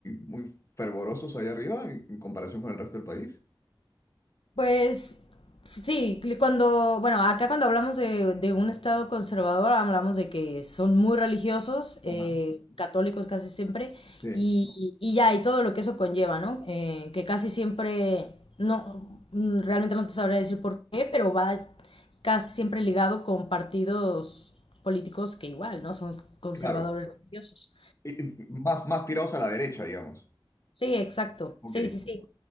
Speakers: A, on the left; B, on the left.
A: muy fervorosos allá arriba en en comparación con el resto del país?
B: Pues sí, cuando, bueno, acá cuando hablamos de, de un estado conservador, hablamos de que son muy religiosos, eh,
A: Ajá.
B: católicos casi siempre,
A: Sí,
B: y, y- ya, y todo lo que eso conlleva, ¿no? Eh, que casi siempre, no, mm, realmente no te sabría decir por qué, pero va casi siempre ligado con partidos políticos que igual, ¿no? Son conservadores
A: claro.
B: religiosos.
A: Y, y más, más tirados a la derecha, digamos.
B: Sí, exacto.
A: Ok.
B: Sí, sí, sí.